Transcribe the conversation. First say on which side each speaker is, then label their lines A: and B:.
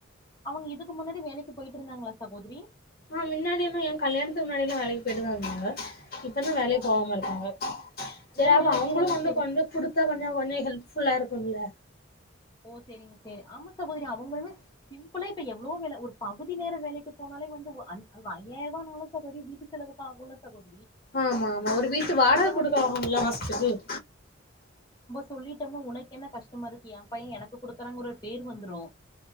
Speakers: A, on the left; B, on the left.
A: அவங்க இதுக்கு முன்னாடி வேலைக்கு போயிட்டு இருந்தாங்களா சகோதரி
B: ஆ முன்னாடிெல்லா ஏன் கல்யாணத்துக்கு முன்னாடிெல்லா வேலைக்கு போயிட்டுதா இருந்தாங்க இப்ப தா வேலைக்கு
A: ஓகே
B: போகாம இருக்காங்க செரி
A: உடல்நிலைக்கு
B: அப்ப அவங்களு
A: ஏதோ
B: வந்து
A: சரி
B: கொஞ்சொ குடுத்தா கொஞ்சொ கொஞ்சொ ஹெல்ப்ஃபுல்லா இருக்கும்ல்ல
A: ஓ செரிங்க செரி ஆமா சகோதரி அவங்களுமே சிம்பிளா இப்ப எவ்வளோ வேல ஒரு பகுதி நேர வேலைக்கு போனாலே வந்து ஒரு அஞ் ஐயாயி ரூவானாலு சகோரி வீட்டு செலவுக் ஆகுல்ல சகோதரி
B: ஆமாமா ஒரு வீட்டு வாடக
A: இத
B: குடுக்குறாங்கல்லா
A: வந்து
B: மாசத்துக்கு
A: சொல்லிட்டோனா உனக்கு என்ன கஷ்டமா இருக்கியா ஃபைய் எனக்கு கொடுக்குறாங்க ஒரு பேர் வந்துரு